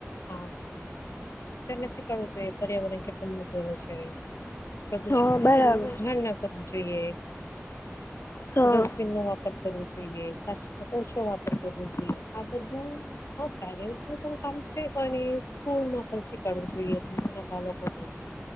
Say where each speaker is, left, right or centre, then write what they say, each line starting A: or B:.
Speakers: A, on the left; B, on the left.
A: હા. એમને શીખડવું જોઈએ પર્યાવરણ કેટલું મહત્વનું છે. પ્રદુષણ
B: હા
A: <unintelligible>
B: બરાબર
A: ધાર ના કરવી જોઈએ
B: હા
A: ડસ્ટબિન નો વાપર કરવું જોઈએ <unintelligible> ઓછો વાપર કરવો જોઈએ આ બધું હ પેરેન્ટ્સ નું પણ કામ છે અને સ્કૂલ ન પણ શીખડવું જોઈએ નાના બાળક <unintelligible>